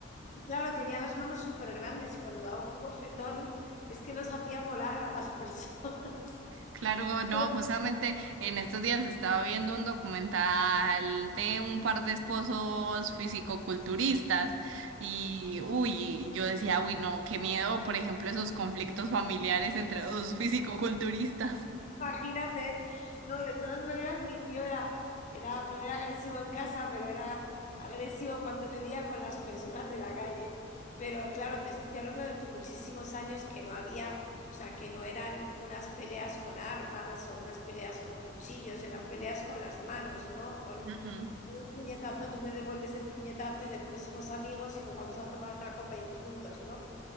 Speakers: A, on the left (about 40°); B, on the right (about 75°).
A: Y claro, tenía las manos súper grandes y cuando daba un bofetón es que los hacía volar a las personas. <laughs>
B: Claro, no,
A: Pero,
B: justamente en estos días estaba viendo un documental de un par de esposos fisicoculturistas y, uy, yo decía, uy, no, qué miedo, por ejemplo, esos conflictos familiares entre dos fisicoculturistas.
A: Imagínate, no, de todas maneras mi tío era, era, no era agresivo en casa, pero era agresivo cuando bebía con las personas de la calle. Pero claro, te estoy hablando de hace muchísimos años que no había, o sea, que no eran unas peleas con armas o unas peleas con cuchillos, eran peleas con las manos, ¿no? Con
B: Ujú,
A: un puñetazo, tú me devuelves el puñetazo y después somos amigos y nos vamos a tomar una copa y juntos, ¿no?